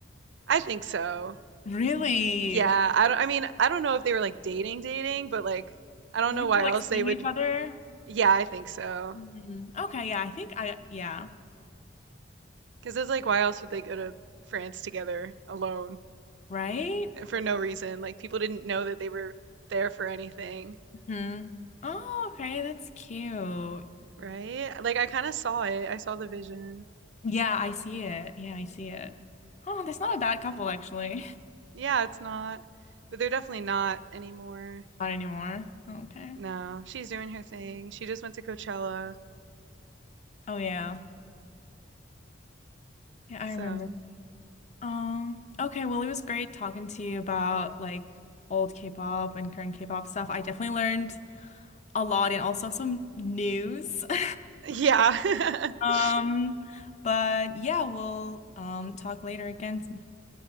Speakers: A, on the right (about 65°); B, on the left (about 35°).
A: I think so.
B: Really?
A: Yeah, I don't, I mean, I don't know if they were like dating dating, but like I don't
B: Maybe
A: know why
B: they're like
A: else they
B: seeing
A: would.
B: each other.
A: Yeah, I think so.
B: Hmm. Okay, yeah, I think I, yeah,
A: 'Cause it's like why else would they go to France together alone
B: right?
A: eh, for no reason? Like people didn't know that they were there for anything,
B: hmm Oh, okay, that's cute.
A: right? Like I kind of saw it. I saw the vision.
B: Yeah, I see it. Yeah, I see it. Oh, that's not a bad couple, actually.
A: Yeah, it's not, but they're definitely not anymore.
B: <laughs> Not anymore. Okay.
A: No, she's doing her thing. She just went to Coachella,
B: Oh, yeah. Yeah,
A: so.
B: I remember Um, okay, well, it was great talking to you about like old K-pop and current K-pop stuff. I definitely learned a lot and also some news. <laughs>
A: Yeah. <laughs>
B: Um, but yeah, we'll um talk later again.